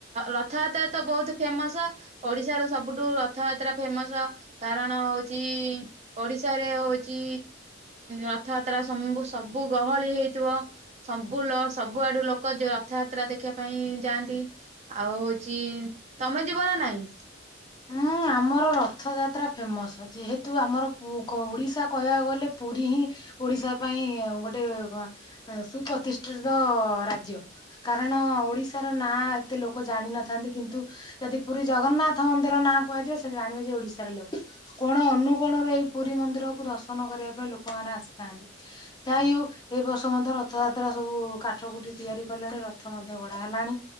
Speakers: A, on the right; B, on the left.
A: ରଥଯାତ୍ରା ତ ବହୁତ ଫେମ <unintelligible> ଓଡ଼ିଶା ର ସବୁଠୁ ରଥଯାତ୍ରା ଫେମସ୍ କାରଣ ହଉଛି ଓଡ଼ିଶା ରେ ହଉଛି ରଥଯାତ୍ରା ସବୁ ଗହଳି ହେଇଥିବ ସ <unintelligible> ସବୁଆଡୁ ଲୋକ ରଥଯାତ୍ରା ଦେଖିବା ପାଇଁ ଯାଆନ୍ତି ଆଉ ହଉଛି ତ ତମେ ଜିବ ନା ନାହିଁ?
B: <unintelligible> ଆମର ରଥଯାତ୍ରା ଫେମସ୍ ଯେହେତୁ ଆମର ଓଡ଼ିଶା କହିବାକୁ ଗଲେ ପୁରୀ ହିଁ ଓଡ଼ିଶା ପାଇଁ ଗୋଟେ ସୁପ୍ରତିଷ୍ଠିତ ରାଜ୍ୟ କାରଣ ହଁ ଓଡ଼ିଶାର ନାଁ ଏତେ ଲୋକ ଜାଣିିନଥାନ୍ତି କିନ୍ତୁ ଯଦି ପୁରୀ ଜଗନ୍ନାଥ ରଥ ମନ୍ଦିର ନାଁ କୁହାଯିବ ସେ ଜାଣିବେ ଯେ ଓଡ଼ିଶା ର ଲୋକ କୋଣ ଅନୁକୋଣରେ ଏଇ ପୁରୀ ମନ୍ଦିରକୁ ଦର୍ଶନ କର ବା ପାଇଁ ଲୋକମାନେ ଆସିଥାନ୍ତି ଯାହିହଉ ଏ ବର୍ଷ ମଧ୍ୟ ରଥଯାତ୍ରା ସବୁ କାଠ କୁଟି ତିଆରି କଲେଣି ରଥ ମଧ୍ୟ ଗଢ଼ା ହେଲାଣି